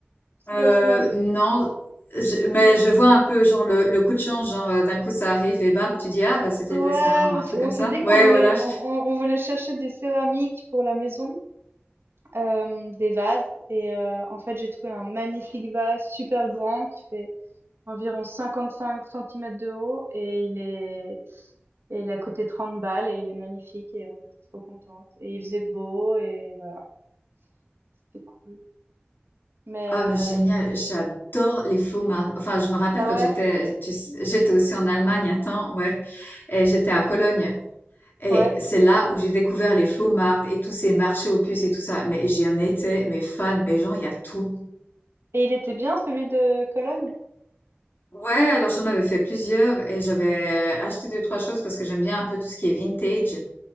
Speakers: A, on the right (about 80°); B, on the left (about 60°).
A: c'est
B: Euh,
A: pas si mal
B: non, je- mais
A: <laughs>
B: je vois un peu genre le, le coup de chance, genre euh, d'un coup ça arrive et bam, tu dis ah bah c'était
A: ouais,
B: le destin
A: on
B: ou un
A: s'est
B: truc
A: on
B: comme
A: s'est
B: ça.
A: dit qu'on
B: Ouais,
A: voulait
B: voilà. je-
A: on on on voulait chercher des céramiques pour la maison hem, des vases et heu, en fait, j'ai trouvé un magnifique vase super grand qui fait environ 55 centimètres de haut et il est et il a coûté 30 balles et il est magnifique et on était trop contente et il faisait beau et voilà, c'était cool. Mais
B: Ah mais génial,
A: heu
B: j'adore les faux maris. Enfin, je me rappelle
A: ah
B: quand
A: ouais?
B: j'étais, tu sais, j'étais aussi en Allemagne un temps, ouais, et j'étais à Cologne. Et
A: Ouais
B: c'est là où j'ai découvert les faux marques et tous ces marchés aux puces et tout ça. Mais j'en étais, mais fan, mais genre il y a tout.
A: et il était bien celui de Cologne?
B: Ouais, alors j'en avais fait plusieurs et j'avais euh, acheté deux, trois choses parce que j'aime bien un peu tout ce qui est vintage.